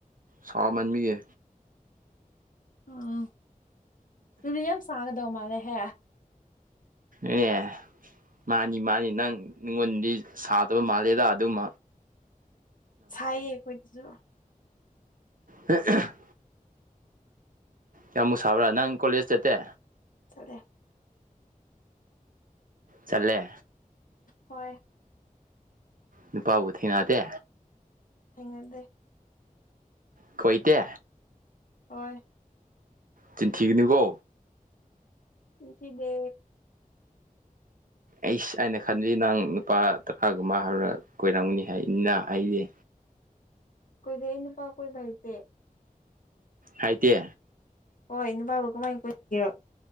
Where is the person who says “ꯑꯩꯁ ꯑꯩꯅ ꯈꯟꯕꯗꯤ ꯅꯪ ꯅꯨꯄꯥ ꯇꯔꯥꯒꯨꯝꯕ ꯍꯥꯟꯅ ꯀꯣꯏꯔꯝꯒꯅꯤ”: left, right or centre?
Right